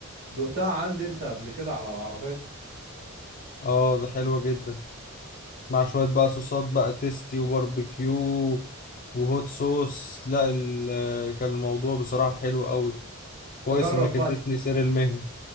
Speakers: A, on the right; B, on the left.
A: دقتها عندي انت قبل كده على العربية
B: اه ده حلوة جدا مع شوية بقى صوصات بقى تيستي وباربيكيو وهوت صوص لا ال- كان الموضوع بصراحة حلو قوي كويس
A: تجرب
B: انك
A: بقى
B: اديتني سر المهنة